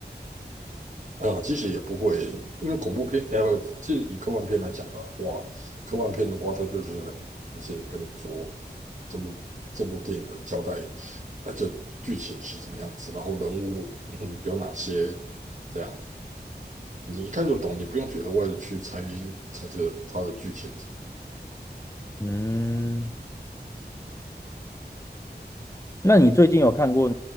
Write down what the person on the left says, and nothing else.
嗯，那你最近有看过